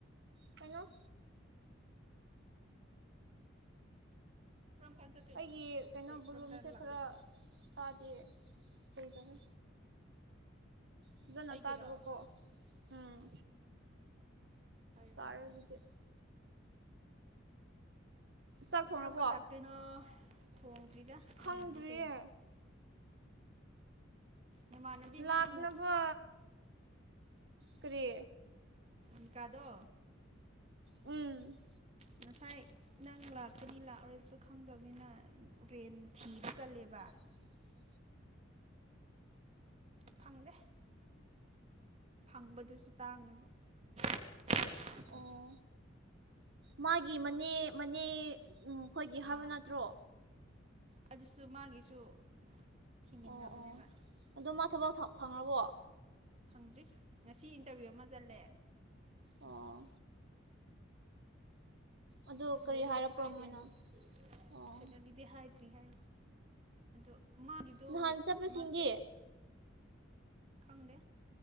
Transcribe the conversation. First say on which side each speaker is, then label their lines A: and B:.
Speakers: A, on the right; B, on the right.
A: ꯀꯩꯅꯣ
B: ꯀꯔꯝ ꯀꯥꯟ ꯆꯠꯇꯣꯏꯅꯣ
A: ꯑꯩꯒꯤ ꯀꯩꯅꯣ
B: ꯑꯦ
A: ꯕꯣꯂꯨꯝꯁꯦ
B: ꯀꯔꯝ ꯀꯥꯟ ꯂꯥꯛꯇꯣꯏꯅꯣꯕ
A: ꯈꯔ ꯇꯥꯗꯦ ꯀꯩꯗꯧꯅꯤ ꯐꯖꯅ
B: ꯑꯩꯒꯤꯔꯣ
A: ꯇꯥꯗꯕ ꯀꯣ ꯑꯝ
B: ꯎꯝ ꯄꯥꯏꯌꯨꯀꯣ
A: ꯇꯥꯔꯦ
B: ꯑꯗꯨꯗꯤ
A: ꯍꯧꯖꯤꯛꯗꯤ ꯆꯥꯛ ꯊꯣꯡꯔꯕꯣ
B: ꯀꯔꯝ ꯀꯥꯟ ꯂꯥꯛꯇꯣꯏꯅꯣ ꯊꯣꯡꯗ꯭ꯔꯤꯗ
A: ꯈꯪꯗ꯭ꯔꯤꯌꯦ
B: ꯉꯜꯂꯤ ꯀꯩꯅꯣ ꯅꯃꯥꯟꯅꯕꯤ ꯑꯃ
A: ꯂꯥꯛꯅꯕ
B: ꯅꯪ
A: ꯀꯔꯤ
B: ꯅꯤꯀꯥꯗꯣ
A: ꯎꯝ
B: ꯉꯁꯥꯏ ꯅꯪ ꯂꯥꯛꯀꯅꯤ ꯂꯥꯛꯑꯣꯏꯁꯨ ꯈꯪꯗꯕꯅꯤꯅ ꯔꯦꯟ ꯊꯤꯕ ꯆꯠꯂꯦꯕ
A: <inaudible>
B: ꯐꯪꯗꯦ ꯐꯪꯕꯗꯨꯁꯨ ꯇꯥꯡꯉꯦꯕ <inaudible>
A: ꯑꯣ ꯃꯥꯒꯤ ꯃꯅꯦ ꯃꯅꯦ ꯎꯝ ꯈꯣꯏꯒꯤ ꯍꯥꯕ
B: ꯑꯥ
A: ꯅꯠꯇ꯭ꯔꯣ
B: ꯑꯗꯨꯁꯨ ꯃꯥꯒꯤꯁꯨ ꯊꯤꯃꯤꯟꯅꯕꯅꯦꯕ
A: ꯑꯣ ꯑꯣ ꯑꯗꯣ ꯃꯥ ꯊꯕꯛ ꯐꯪꯉꯕꯣ
B: ꯐꯪꯗ꯭ꯔꯤ ꯉꯁꯤ ꯏꯟꯇꯔꯚꯤꯌꯨ ꯑꯃ ꯆꯠꯂꯦ
A: ꯑꯣ ꯑꯗꯨ
B: ꯁꯤꯂꯔꯤꯗꯤ
A: ꯀꯔꯤ ꯍꯥꯏꯔꯛꯄ꯭ꯔꯣ
B: ꯍꯥꯏꯗꯦ
A: ꯃꯣꯏꯅ
B: ꯍꯥꯏꯌꯦ
A: ꯑꯣ
B: ꯁꯤꯂꯔꯤꯗꯤ ꯍꯥꯏ ꯊ꯭ꯔꯤ ꯍꯥꯏ ꯑꯗꯣ ꯃꯥꯒꯤꯗꯣ
A: ꯅꯍꯥꯟ ꯆꯠꯄꯁꯤꯡꯗꯤ
B: ꯃꯥ ꯈꯪꯗꯦ